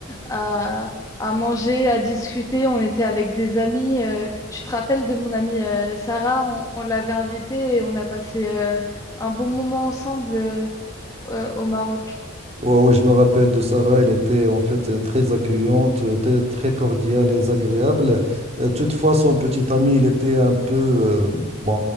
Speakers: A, on the left; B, on the right.
A: à, à manger, à discuter. On était avec des amis. euh, tu te rappelles de mon amie euh, Sarah? On, on l'avait invitée et on a passé euh, un bon moment ensemble euh, euh, au Maroc.
B: Ouais, ouais, je me rappelle de Sarah. Elle était en fait euh, très accueillante, euh, très très cordiale et agréable. Euh, toutefois, son petit ami, il était un peu, euh, bon,